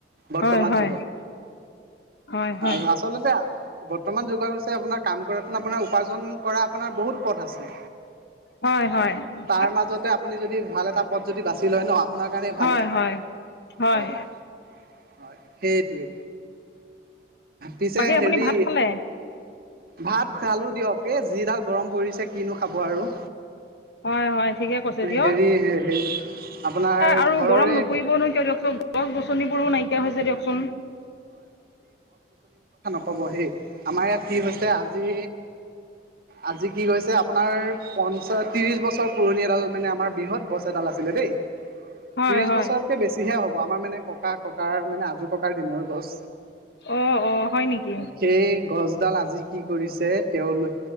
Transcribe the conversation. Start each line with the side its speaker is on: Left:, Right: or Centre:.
Right: বৰ্তমান
Left: হয় হয়
Right: যুগত
Left: হয় হয়
Right: আৰু আচলতে বৰ্তমান যুগত হৈছে আপোনাৰ কাম কৰাটো আপোনাৰ উপাৰ্জন কৰা আপোনাৰ বহুত পথ আছে
Left: হয় হয়
Right: তাৰ মাজতে আপুনি যদি ভাল এটা পথ যদি বাছি লয় ন আপোনাৰ কাৰণেই ভাল
Left: হয় হয় হয়
Right: হয় হয় সেই ত পিছে
Left: বাকী আপুনি
Right: হেৰি,
Left: ভাত খালে
Right: ভাত খালো দিয়ক এ যিডাক গৰম পৰিছে কিনো খাব আৰু
Left: হয় হয় ঠিকে কৈছে দিয়
Right: হেৰি হেৰি আপোনাৰ
Left: আৰু
Right: ঘৰৰে
Left: গৰম নপৰিবনো কিয় দিয়কচোন গছ গছনিবোৰো নাইকিয়া হৈছে দিয়কচোন
Right: ক'বহেই আমাৰ ইয়াত কি হৈছে আজি আজি কি গৈছে আপোনাৰ পঞ্চা ত্ৰিশ বছৰ পুৰণি এডাল মানে আমাৰ বৃহৎ গছ এডাল আছে আছিলে দেই
Left: হয়
Right: ত্ৰিশ
Left: হয়
Right: বছৰতকে বেছিহে হব আমাৰ মানে ককা ককাৰ মানে আজো ককাৰ দিনৰ গছ
Left: অ', অ' হয় নেকি?
Right: সেই গছডাল আজি কি কৰিছে তেওঁলোক